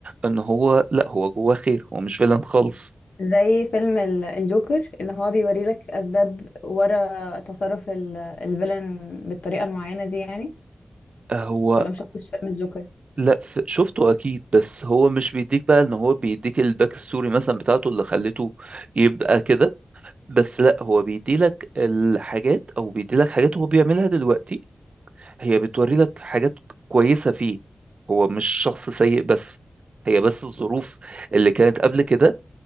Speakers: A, on the right; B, on the left.
A: ان هو لا هو جواه خير هو مش فيلن خالص
B: زي فيلم ال- الجوكر اللي هو بيوري لك اسباب ورا تصرف ال- الفيلن بالطريقه المعينه دي يعني
A: آه، هو
B: ولا مشفتش فيلم الجوكر
A: لا ف- شفته اكيد بس هو مش بيديك بقى ان هو بيديك الباك ستوري مثلا بتاعته اللي خلته يبقى كده بس لا هو بيديلك الحاجات او بيديلك حاجات هو بيعملها دلوقتي هي بتوري لك حاجات كويسة فيه هو مش شخص سيء بس هي بس الظروف اللي كانت قبل كده